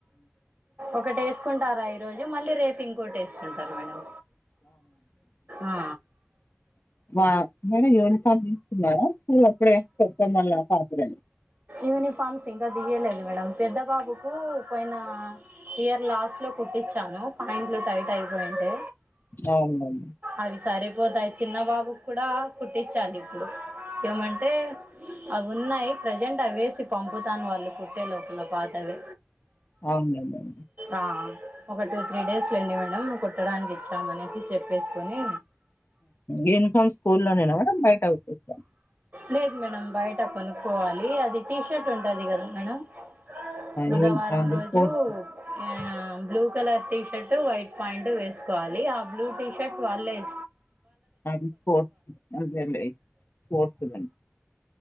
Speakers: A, on the right; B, on the left.
A: ఒకటి వేసుకుంటారా ఈరోజు మళ్ళీ రేపు ఇంకోటి వేసుకుంటారు మేడం ఆ
B: ఆ మేడం యూనిఫామ్ తీసుకున్నారా ఫ్రెండ్స్ చెప్ప మల్ళ పాపదని
A: యూనిఫార్మ్స్ ఇంకా దియలేదు మేడం పెద్ద బాబుకు పోయిన ఇయర్ లాస్ట్ లో కుట్టించాను పాయింట్లు టైట్ అయిపోయింటే
B: అవునులెన్
A: అవి సరిపోతాయి చిన్న బాబు కూడా కుట్టించాలి ఇప్పుడు ఏమంటే అవి ఉన్నాయి ప్రజ ప్రజెంట్ అవి వేసి పంపుతాను వాళ్ళు కుట్టే లోపల పాతవే
B: అవునులె మేడం
A: ఆ ఒక టూ త్రీ డేస్ లేండి మేడం కుట్టడానికి ఇచ్చామ అనేసి చెప్పేసుకుని
B: యూనిఫామ్ స్కూల్లోనేనా మేడం బయట కుట్టిస్తారా
A: లేదు మేడం బయట కొనుక్కోవాలి అది టీ షర్ట్ ఉంటది కదా మేడం బుధవారం
B: యూని అది
A: రోజు
B: స్పోర్ట్స్ <inaudible>
A: ఆ, blue colour T shirt white pant వేసుకోవాలి ఆ బ్లూ టీ షర్ట్ వాళ్ళే ఇ
B: అది స్పోర్ట్స్ అదే స్పోర్ట్స్